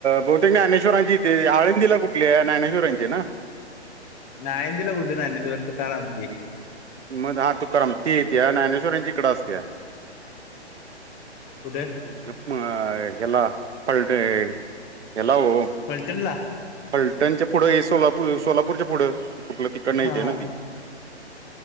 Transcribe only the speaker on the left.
आळंदी ला कुठलं ज्ञानेश्वर तुकाराम ची.
कुठे
फलटणला
हा हा